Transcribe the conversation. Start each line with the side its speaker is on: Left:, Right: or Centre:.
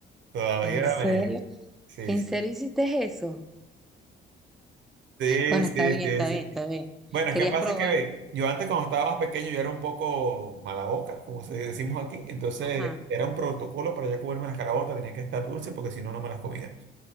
Right: todavía
Centre: ¿En serio?
Right: me. Sí,
Centre: ¿En
Right: sí.
Centre: serio hiciste eso?
Right: Sí,
Centre: Bueno, está
Right: sí,
Centre: bien,
Right: sí,
Centre: está
Right: sí,
Centre: bien, está bien.
Right: Bueno,
Centre: Querías
Right: es que pasa
Centre: probar.
Right: que ve, yo antes cuando estaba más pequeño yo era un poco mala boca, como se decimos aquí, entonces
Centre: Ajá.
Right: era un protocolo para yo comerme las carabotas, tenía que estar dulce porque si no, no me las comía.